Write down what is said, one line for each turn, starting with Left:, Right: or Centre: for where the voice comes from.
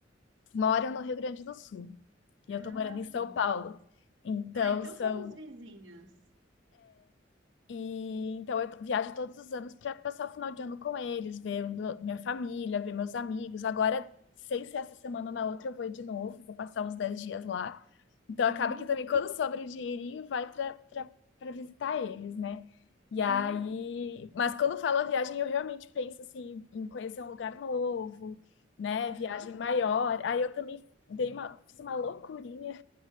Left: moro no Rio Grande do Sul e
Right: Ah,
Left: eu tô morando em
Right: sim.
Left: São Paulo. Então
Right: Ah, então
Left: são
Right: somos vizinhas.
Left: E então eu viajo todos os anos para passar o final de ano com eles, ver o- minha família, ver meus amigos. Agora, sem ser essa semana ou na outra, eu vou de novo, vou passar uns 10 dias lá. Então
Right: Uhum.
Left: acaba que também quando sobra o dinheirinho, vai para para visitar eles, né? E
Right: Uhum.
Left: aí, mas quando falo a viagem, eu realmente penso assim em conhecer um lugar novo, né?
Right: Aham.
Left: Viagem maior. Aí eu também dei uma, fiz uma loucurinha